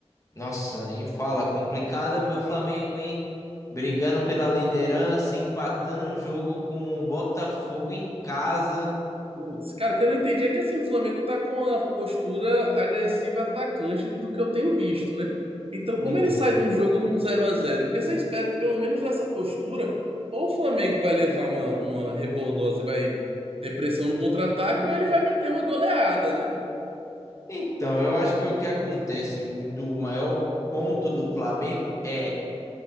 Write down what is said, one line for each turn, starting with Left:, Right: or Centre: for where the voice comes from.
Left: Nossa, nem fala. Complicado meu Flamengo, hein? Brigando pela liderança, empatando o jogo com o Botafogo em casa.
Right: Putz, cara, o que eu não entendi é que assim, o Flamengo tá com a postura agressiva atacante do que eu tenho visto, né? Então,
Left: Uhum.
Right: como ele sai de um jogo num zero a zero Porque você espera que pelo menos nessa postura, ou o Flamengo vai levar uma, uma rebordosa e vai ter pressão no contra-ataque, ou ele vai meter uma goleada, né?
Left: Então, eu acho que o que acontece muito, o maior ponto do Flamengo é